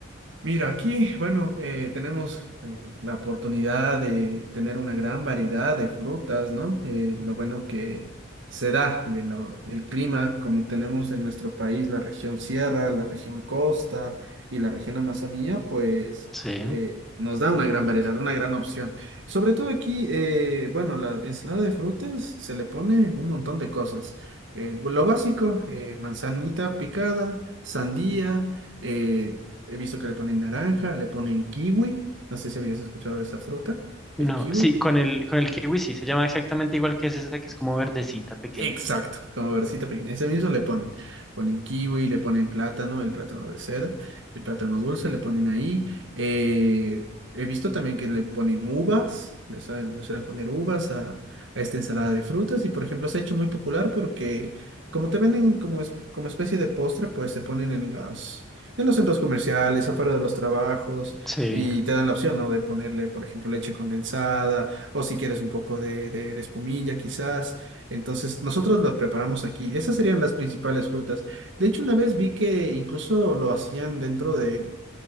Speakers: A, on the right; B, in the centre.
A: Mira, aquí, bueno, eh, tenemos eh, la oportunidad de tener una gran variedad de frutas, ¿no? Eh, lo bueno que se da de lo- el clima, como tenemos en nuestro país la región sierra, la región costa y la región Amazonía, pues
B: Sí.
A: eh, nos da una gran variedad, una gran opción. Sobre todo aquí, eh, bueno, la ensalada de frutas se le pone un montón de cosas. Eh, lo básico, eh, manzanita picada, sandía. eh, He visto que le ponen naranja, le ponen kiwi. No sé si habías escuchado de esa fruta,
B: No,
A: el kiwi.
B: sí, con el, con el kiwi sí, se llama exactamente igual que es esa que es como verdecita pequeña.
A: Exacto, como versita pequeña. Ese mismo le ponen, ponen kiwi, le ponen plátano, el plátano de seda, el plátano dulce, le ponen ahí. Eh, he visto también que le ponen uvas, le suelen, le suelen poner uvas a, a esta ensalada de frutas y por ejemplo se ha hecho muy popular porque como te venden como, es- como especie de postre, pues se ponen en las, en los centros comerciales, afuera de los trabajos
B: Sí.
A: y te dan la opción, ¿no? De ponerle, por ejemplo, leche condensada o si quieres un poco de, de de espumilla quizás. Entonces, nosotros los preparamos aquí. Esas serían las principales frutas. De hecho, una vez vi que incluso lo hacían dentro de,